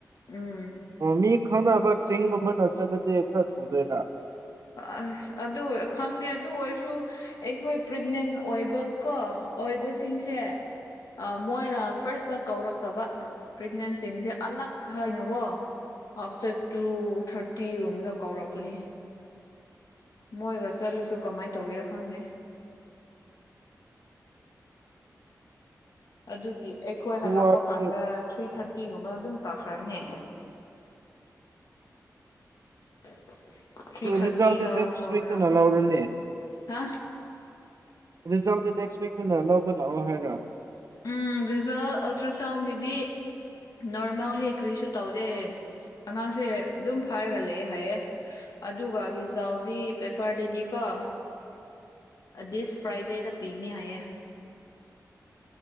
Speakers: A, on the left; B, on the right.
A: ꯎꯝ
B: ꯑꯣ ꯃꯤ ꯈꯪꯅꯕ ꯆꯤꯡꯒꯨꯝꯕꯅꯥ ꯆꯠꯂꯗꯤ ꯈꯔ ꯊꯨꯗꯣꯏꯔꯥ
A: ꯑꯁ ꯑꯗꯨ ꯈꯪꯗꯦ ꯑꯗꯨ ꯑꯣꯏꯔꯁꯨ ꯑꯩꯈꯣꯏ ꯄ꯭ꯔꯦꯒꯅꯦꯟ ꯑꯣꯏꯕꯀꯣ ꯑꯣꯏꯕꯁꯤꯡꯁꯦ ꯃꯣꯏꯅ ꯐꯥ꯭ꯔꯁꯇ ꯀꯧꯔꯛꯇꯕ ꯄ꯭ꯔꯦꯒꯅꯦꯟꯁꯤꯡꯁꯦ ꯑꯂꯛ ꯍꯥꯏꯅꯀꯣ ꯑꯐꯇꯔ ꯇꯨ ꯊꯥꯔꯇꯤꯒꯨꯝꯕꯗ ꯀꯧꯔꯛꯄꯅꯤ ꯃꯣꯏꯒ ꯆꯠꯂꯁꯨ ꯀꯃꯥꯏ ꯇꯧꯒꯦꯔ ꯈꯪꯗꯦ ꯑꯗꯨꯒꯤ ꯑꯩꯈꯣꯏ
B: ꯑꯗꯨ
A: ꯍꯜꯂꯛꯄ
B: ꯑꯣꯏꯔꯁꯨ
A: ꯀꯥꯟꯗ ꯊ꯭ꯔꯤ ꯊꯥꯔꯇꯤꯒꯨꯝꯕ ꯑꯗꯨꯝ ꯇꯥꯈ꯭ꯔꯒꯥꯅꯤ <unintelligible> ꯊ꯭ꯔꯤ
B: ꯑꯗꯨ
A: ꯊꯥꯔꯇꯤ
B: ꯔꯤꯖꯜꯗꯤ
A: ꯔ
B: ꯅꯦꯛꯁ
A: ꯐꯣꯔ
B: ꯋꯤꯛꯇꯅ
A: ꯔ ꯀꯣ
B: ꯂꯧꯔꯅꯤ
A: ꯍꯥ
B: ꯔꯤꯖꯜꯗꯨ ꯅꯦꯛꯁ ꯋꯤꯛꯇꯥꯅ ꯂꯧꯕ ꯂꯥꯛꯑꯣ ꯍꯥꯏꯔꯥ
A: ꯎꯝ ꯔꯤꯖꯜ ꯑꯜꯇ꯭ꯔ ꯁꯥꯎꯟꯒꯤꯗꯤ ꯅꯣꯔꯃꯦꯜꯅꯤ ꯀ꯭ꯔꯤꯁꯨ ꯇꯧꯗꯦ ꯑꯉꯥꯡꯁꯦ ꯑꯗꯨꯝ ꯐꯥꯔꯒ ꯂꯩ ꯍꯥꯏꯌꯦ ꯑꯗꯨꯒ ꯔꯤꯖꯜꯗꯤ ꯄꯦꯄꯔꯗꯗꯤꯀꯣ ꯗꯤꯁ ꯐ꯭ꯔꯥꯏꯗꯦꯗ ꯄꯤꯒꯅꯤ ꯍꯥꯏꯌꯦ